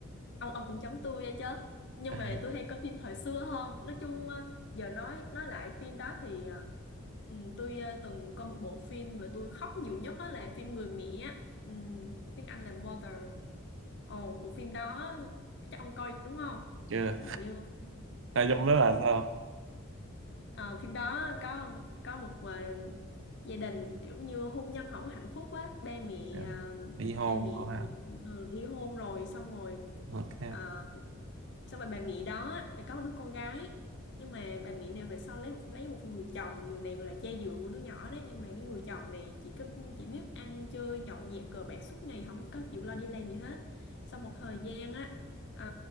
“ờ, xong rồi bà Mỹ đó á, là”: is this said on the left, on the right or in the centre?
Left